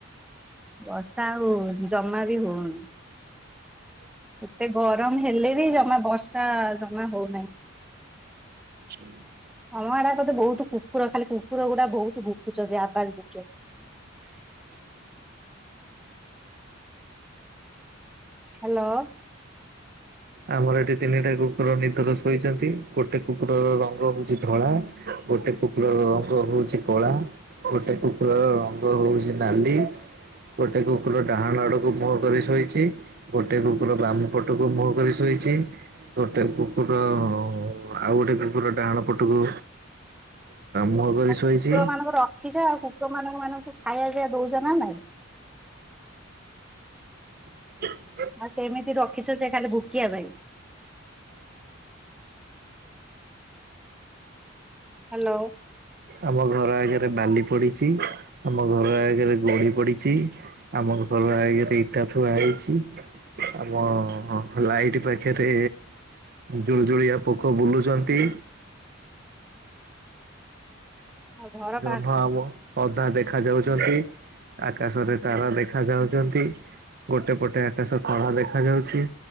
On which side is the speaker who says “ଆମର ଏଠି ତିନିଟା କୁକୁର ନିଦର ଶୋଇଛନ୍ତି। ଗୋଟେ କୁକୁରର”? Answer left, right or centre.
Right